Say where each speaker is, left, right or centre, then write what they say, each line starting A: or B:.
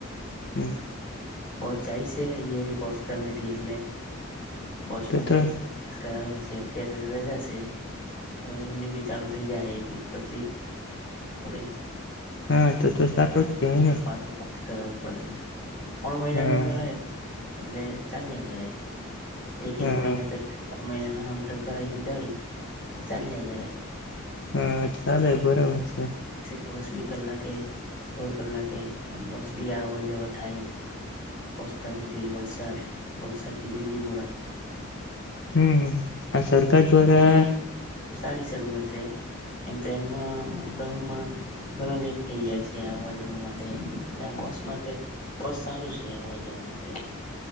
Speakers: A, on the left; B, on the left.
A: હમમ
B: બો જાય છે અહિયા થી કોસ્ટલ એ થી એટલે બસ
A: તો
B: માં
A: તો
B: જાય છે <unintelligible> અત્યારે તો રજા છે હવે એમની ભી ચાલુ થઇ જાહશે એક વિક પછી કોલેજ
A: હા તો તો સારું જ કેહેવાય
B: એટલે
A: ને
B: પાછ પાસ કરાવવું પડહે ત્રણ મહિના
A: હા
B: ન કરાય એટલે ચાલયા કરે એક
A: હા
B: એક મહિના કરતા મહિનાના હામટા કરાવિ દેય તો ચાલ્યા કરે.
A: હા ખ્યાલ એ બરોબર છે.
B: બસ ભી કલાકે રોડ કલાકે એમ બસ ભી આવર જવર થાય કોસ્ટલ હે થી વલસાડ વલસાડથી બીલીમોરા
A: હમમ હમમ આ સરકાર દ્વારા
B: એમ એટલે સારી <unintelligible> એમ ટ્રેનમાં અપડાઉનમાં ઘણા લેટ થઇ જાય છે આવવા જવા માટે એટલે બસ માટે બો સારું છે આવવા જવા માટે